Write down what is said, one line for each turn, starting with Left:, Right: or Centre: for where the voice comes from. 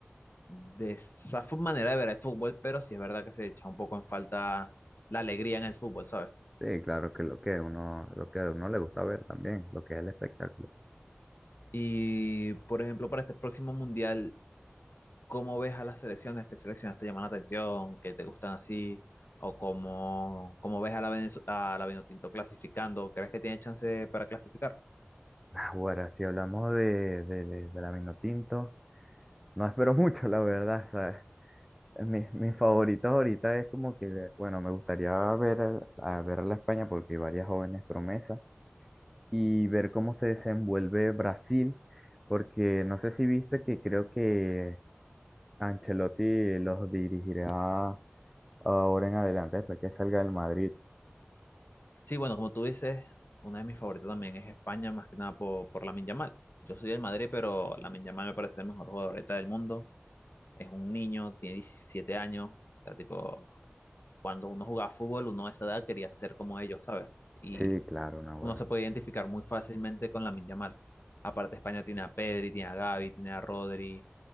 Left: de esa fu- manera de ver el fútbol, pero sí es verdad que se echa un poco en falta la alegría en el fútbol, ¿sabes?
Centre: Sí, claro que lo que uno, lo que a uno le gusta ver también, lo que es el espectáculo.
Left: Y, por ejemplo, para este próximo mundial, ¿cómo ves a las selecciones? ¿Qué selecciones te llaman la atención? ¿Qué te gustan así? ¿O cómo, cómo ves a la, Venez- a la Vinotinto clasificando? ¿Crees que tiene chance para clasificar?
Centre: Ahora, si hablamos de, de, de, de la Vinotinto, no espero <laughs> mucho, la verdad, ¿sabes? Mis, mis favoritos ahorita es como que, bueno, me gustaría ver a, a ver a la España porque hay varias jóvenes promesas y ver cómo se desenvuelve Brasil, porque no sé si viste que creo que Ancelotti los dirigirá ahora en adelante, después que salga del Madrid.
Left: Sí, bueno, como tú dices, una de mis favoritas también es España, más que nada por, por Lamine Yamal. Yo soy del Madrid, pero Lamine Yamal me parece el mejor jugador ahorita del mundo. Es un niño, tiene 17 años. O sea, tipo, cuando uno jugaba fútbol, uno a esa edad quería ser como ellos, ¿sabes? Y
Centre: Sí, claro, no,
Left: uno
Centre: bueno.
Left: se puede identificar muy fácilmente con Lamine Yamal. Aparte, España tiene a Pedri, tiene a Gavi, tiene a Rodri,